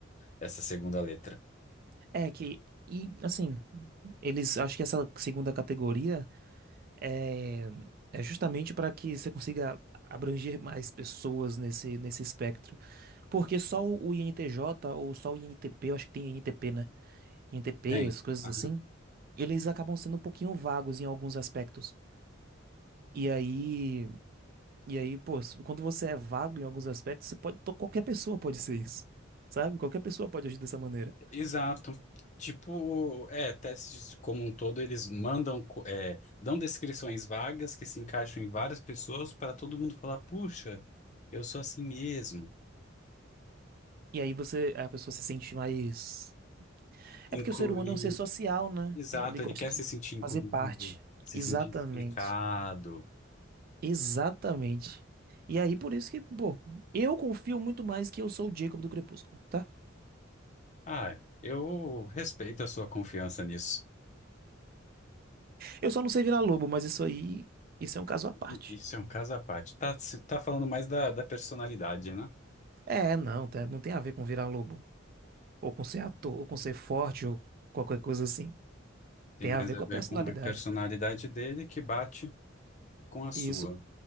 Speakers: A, on the left (about 35°); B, on the right (about 45°).
A: essa segunda letra.
B: É que. E assim, eles acho que essa segunda categoria. é, é justamente para que você consiga abranger mais pessoas nesse, nesse espectro. Porque só o, o INTJ ou só o INTP, eu acho que tem INTP, né? INTP,
A: Tem.
B: essas coisas
A: Aham.
B: assim, eles acabam sendo um pouquinho vagos em alguns aspectos. E aí, e aí, pô, quando você é vago em alguns aspectos, você pode, to- qualquer pessoa pode ser isso. Sabe? Qualquer pessoa pode agir dessa maneira.
A: Exato. Tipo, é, testes como um todo, eles mandam, co- é, dão descrições vagas que se encaixam em várias pessoas para todo mundo falar, puxa, eu sou assim mesmo.
B: E aí você, a pessoa se sente mais.
A: Incluir,
B: É porque o ser humano é um ser social, né?
A: exato,
B: Ele gosta
A: ele quer
B: de
A: se sentir incluído,
B: fazer parte.
A: se
B: Exatamente.
A: sentir explicado.
B: Exatamente. E aí, por isso que, pô, eu confio muito mais que eu sou o Jacob do Crepúsculo, tá?
A: Ah, eu respeito a sua confiança nisso.
B: Eu só não sei virar lobo, mas isso aí, isso é um caso à parte.
A: I- Isso é um caso à parte. Tá, se- tá falando mais da, da personalidade, né?
B: É, não, tá- não tem a ver com virar lobo, ou com ser ator, ou com ser forte, ou qualquer coisa assim.
A: Tem
B: Tem
A: mais
B: a ver
A: a
B: com
A: ver
B: a personalidade.
A: com a personalidade dele que bate com a sua.
B: E isso